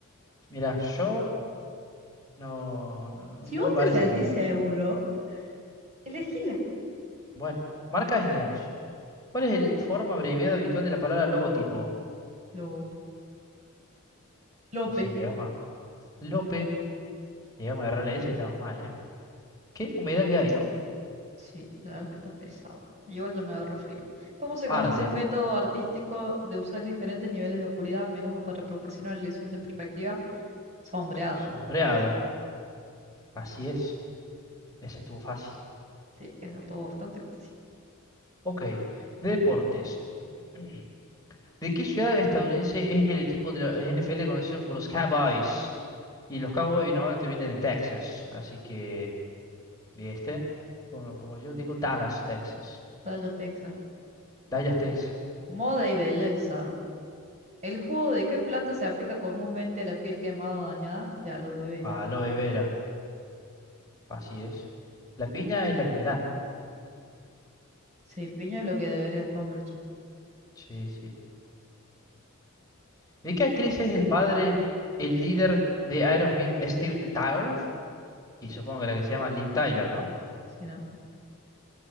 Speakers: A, on the left; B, on the right.
A: Mirá, yo no, no, no,
B: Si
A: no
B: vos
A: me parece
B: te sentís
A: que...
B: seguro, Elegíla.
A: Bueno, marcas y negocios. ¿Cuál es el forma abreviada habitual de la palabra logotipo?
B: Lo, López.
A: Y si llegamos a Lope, llegamos a agarrarle esa y estamos mal, ¿eh? ¿Qué humedad que hay, no?
B: Sí, la verdad es que está pesado. Igual ya me agarro frío. ¿Cómo se
A: Arte,
B: conoce el método artístico de usar diferentes niveles de oscuridad a menudo para proporcionar la ilusión de perspectiva? Sombreado.
A: sombreado, así es, ese estuvo fácil.
B: Sí, esa estuvo bastante fácil.
A: Ok, deportes. <clears throat> ¿De qué ciudad estadounidense es el equipo de la NFL conocido como los Cowboys? Y los Cowboys normalmente vienen de Texas, así que, ¿viste? Como, como yo digo, Dallas, Texas.
B: Tallas Texas.
A: Dallas, Texas.
B: Moda y belleza. ¿El jugo de qué planta se aplica comúnmente a la piel quemada o dañada? De aloe vera.
A: Aloe vera, así es. La piña es la que me dan.
B: Sí, piña es lo que deberías comer, che.
A: Sí, sí. ¿De qué actriz es el padre, el líder de Aerosmith, Steven Tyler? Y supongo que la que se llama Liv Tyler, ¿no?
B: Sí, ¿no?